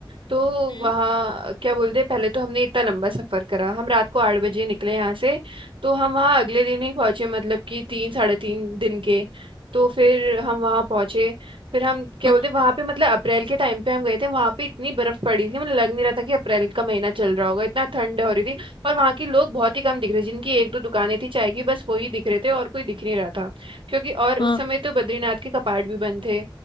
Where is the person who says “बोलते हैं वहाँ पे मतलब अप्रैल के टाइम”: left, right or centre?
Right